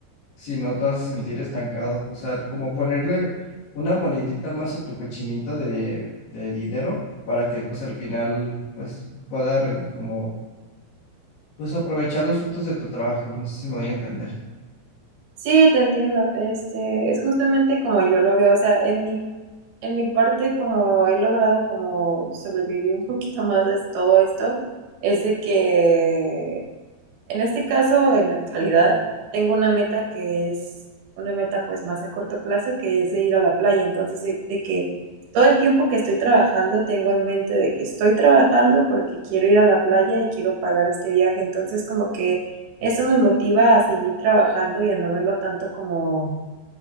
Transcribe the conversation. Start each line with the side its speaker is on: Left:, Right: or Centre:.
Left: si no te vas a sentir estancado. O sea, como ponerle una monedita más a tu cochinito de, de dinero para que pues al final pues puedas ren- como pues aprovechar los frutos de tu trabajo. No sé si me voy a entender.
Right: Sí, te entiendo. Este, es justamente como yo lo veo. O sea, en mi, en mi parte, como he logrado como sobrevivir un poquito más a todo esto, es de que en este caso, en la actualidad, tengo una meta que es una meta pues más a corto plazo, que es de ir a la playa. Entonces, de, de que todo el tiempo que estoy trabajando, tengo en mente de que estoy trabajando porque quiero ir a la playa y quiero pagar este viaje. Entonces, como que eso me motiva a seguir trabajando y a no verlo tanto como,